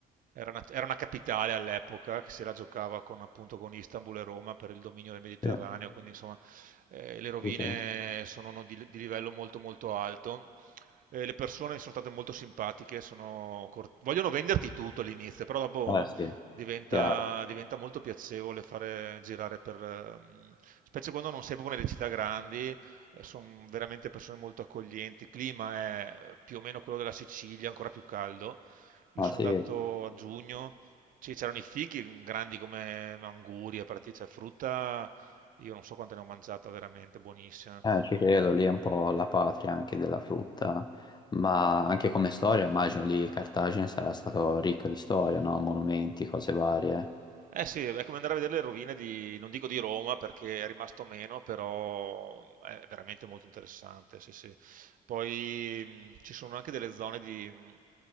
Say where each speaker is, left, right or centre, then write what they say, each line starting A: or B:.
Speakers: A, on the right; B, on the left.
A: era una, era una capitale all'epoca che se la giocava con, appunto, con Istanbul e Roma per il dominio del Mediterraneo,
B: Sì,
A: quindi insomma eh, le rovine
B: sì, sì.
A: sono no, di, di livello molto molto alto. Eh, le persone sono state molto simpatiche, sono cor- vogliono venderti tutto all'inizio, però dopo
B: Eh sì,
A: diventa,
B: chiaro.
A: diventa molto piacevole fare girare per, ehm, specie quando non sei proprio nelle città grandi, sono veramente persone molto accoglienti. Il clima è eh, più o meno quello della Sicilia, ancora più caldo. Io
B: Ah,
A: sono
B: sì.
A: andato a giugno, ci- c'erano i fichi grandi come angurie, partite, cioè frutta, io non so quante ne ho mangiata, veramente buonissima.
B: Eh, ci credo, lì è un po' la patria anche della frutta, ma anche come storia, immagino lì Cartagine sarà stato ricca di storia, no? Monumenti, cose varie.
A: Eh sì, è come andare a vedere le rovine di, non dico di Roma perché è rimasto meno, però eh, è veramente molto interessante, sì, sì. Poi mh, ci sono anche delle zone di, mh,